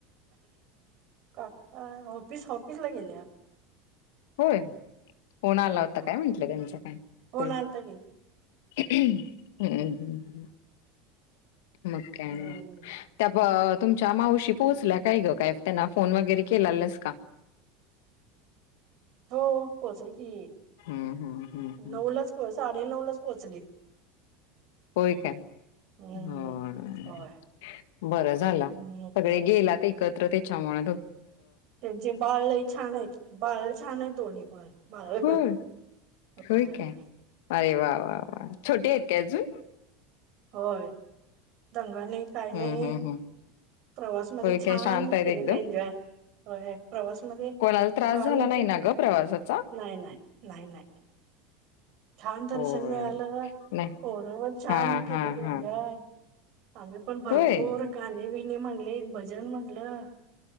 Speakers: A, on the right (about 60°); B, on the left (about 75°).
A: काका ऑफिस ऑफिस ला गेलेया
B: होय फोन आला
A: होय
B: होता
A: होय
B: काय म्हंटलं त्यांचा काय
A: फोन
B: तुला
A: आलता की
B: हम्म ह हम्म मग काय
A: हम्म
B: नाय त्या ब तुमच्या मावशी पोहोचल्या काय ग काय त्यांना फोन वगैरे केलालेस का?
A: हो पोहोचले की,
B: हम्म हम्म हम्म हम्म
A: नऊ लाच पोच साडे नऊ लाच पोहोचली
B: होय का हो
A: हम्म
B: ना
A: होय
B: बरंच झाला
A: हम्म
B: सगळे गेलात एकत्र त्याच्यामुळ
A: त्यांचे बाळ लय छान आहेत बाळ छान आहेत दोन्ही पण बाळ
B: होय होय
A: व्हय
B: काय अरे वा वा वा छोटे आहेत काय अजून?
A: होय दंग आणि काय
B: हम्म
A: नाई
B: हम्म हम्म
A: प्रवासमध्ये
B: होय
A: छान
B: काय शांत आहेत
A: केलेते
B: एकदम
A: एन्जॉय व्हय प्रवासमध्ये
B: कोणाला त्रास
A: बाळ
B: झाला
A: होतीच
B: नाही ना ग प्रवासाचा?
A: नाय नाय नाय नाय. छान दर्शन
B: होय
A: मिळालं
B: नाही
A: पोरं छानपण
B: हा
A: केलीत
B: हा हा
A: एनजॉय आम्हीपण भरपूर
B: होय
A: गाणी बिनी म्हणलीत भज जन म्हणलं.